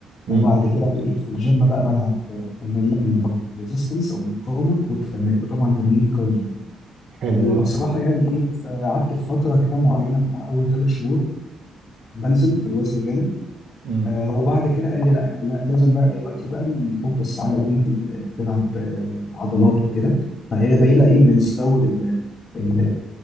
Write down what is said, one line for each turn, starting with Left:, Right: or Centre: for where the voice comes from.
Right: أمم،
Left: وبعد كده بقيت في الجيم بقى بلعب تمارين ريزيستنس او مقاومه والتمارين وطبعا تمارين الكارديو
Right: حلو
Left: فبصراحه
Right: اه
Left: يعني ايه قعدت في فتره كده معينه بتاع اول ثلاث شهور بنزل في الوزن جامد
Right: أمم.
Left: آه وبعد كده قال لي لا احنا لا لازم بقى دلوقتي بقى نفوكس على ان انت تلعب آه، عضلات وكده فهنا بقينا ايه بنزود ال- ال-